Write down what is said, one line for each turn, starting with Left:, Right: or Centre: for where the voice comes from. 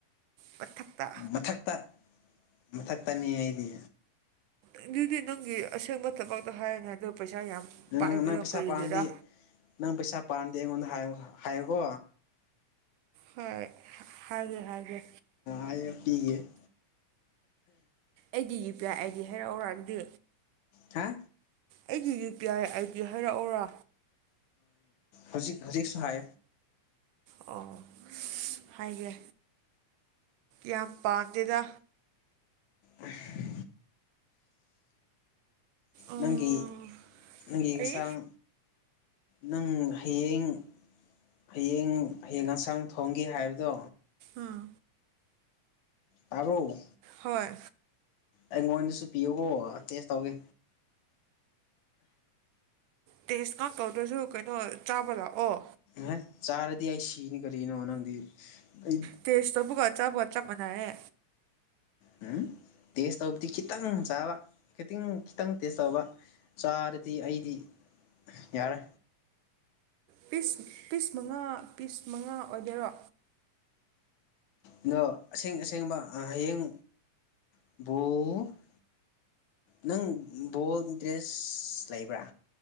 Right: ꯃꯊꯛꯇ
Left: ꯃꯊꯛꯇ ꯃꯊꯛ ꯇꯅꯤ ꯍꯥꯏꯗꯤ
Right: ꯑꯗꯨꯗꯤ ꯅꯪꯒꯤ ꯑꯁꯦꯡꯕ ꯊꯕꯛꯇ ꯍꯥꯏꯔꯅꯤ ꯍꯥꯏꯗ ꯄꯩꯁꯥ ꯌꯥꯝ
Left: ꯅꯪ
Right: ꯄꯥꯏꯕꯅꯣ
Left: ꯅꯪ ꯄꯩꯁꯥ
Right: ꯀꯔꯤꯒꯤꯔꯥ
Left: ꯄꯥꯝꯃꯗꯤ ꯅꯪ ꯄꯩꯁꯥ ꯄꯥꯔꯗꯤꯦ ꯑꯩꯉꯣꯟꯗ ꯍꯥꯏꯌ ꯍꯥꯏꯌꯣꯀꯣ
Right: ꯍꯣꯏ ꯍꯥꯏꯒꯦ ꯍꯥꯏꯒꯦ
Left: ꯑ ꯄꯤꯒꯦ <inaudible>
Right: ꯑꯩꯒꯤ U P I I D ꯍꯥꯏꯔꯛꯎꯔꯒꯗꯤ
Left: ꯍꯥ
Right: ꯑꯩꯒꯤ U P I I D ꯍꯥꯏꯔꯛꯎꯔꯥ
Left: ꯍꯧꯖꯤꯛ ꯍꯧꯖꯤꯛꯁꯨ ꯍꯥꯏ
Right: ꯑꯣ ꯍꯥꯏꯒꯦ ꯌꯥꯝ ꯄꯥꯝꯗꯦꯗ
Left: ꯎ <inaudible>
Right: ꯎꯝ
Left: ꯅꯪꯒꯤ ꯅꯪꯒꯤ ꯍꯛꯆꯥꯡ
Right: ꯑꯩ
Left: ꯅꯪ ꯍꯌꯦꯡ ꯍꯌꯦꯡ ꯍꯌꯦꯡ ꯌꯦꯟꯁꯥꯡ ꯊꯣꯡꯒꯦ ꯍꯥꯏꯕꯗꯣ
Right: ꯑꯥ
Left: ꯇꯣ
Right: ꯍꯣꯏ
Left: ꯑꯩꯉꯣꯟꯗꯁꯨ ꯄꯤꯌꯨꯀꯣ ꯇꯦꯁ ꯇꯧꯒꯦ
Right: ꯇꯦꯁ ꯉꯥꯛ ꯇꯧꯗ꯭ꯔꯁꯨ ꯀꯩꯅꯣ ꯆꯥꯕ ꯂꯥꯛꯑꯣ
Left: ꯍꯥꯏ ꯆꯥꯔꯗꯤ ꯑꯩ ꯁꯤꯅꯤ ꯀꯔꯤꯅꯣ ꯅꯪꯗꯤ ꯑꯩ
Right: ꯇꯦꯁ ꯇꯧꯕꯒ ꯆꯥꯕꯒ ꯆꯥꯞ ꯃꯥꯟꯅꯩꯌꯦ
Left: ꯎ ꯇꯦꯁ ꯇꯧꯕꯗꯤ ꯈꯤꯇꯪ ꯆꯥꯕ ꯈꯤꯇꯪ ꯈꯤꯇꯪ ꯇꯦꯁ ꯇꯧꯕ ꯆꯥꯔꯗꯤ ꯑꯩꯗꯤ ꯌꯥꯔꯦ
Right: ꯄꯤꯁ ꯄꯤꯁ ꯃꯉꯥ ꯄꯤꯁ ꯃꯉꯥ ꯑꯣꯏꯗꯔꯣ
Left: ꯑꯗꯣ ꯑꯁꯦꯡ ꯑꯁꯦꯡꯕ ꯍꯌꯦꯡ <inaudible> ꯅꯪ ꯕꯣꯜ ꯏꯟꯇꯔꯦꯁ ꯂꯩꯕ꯭ꯔꯥ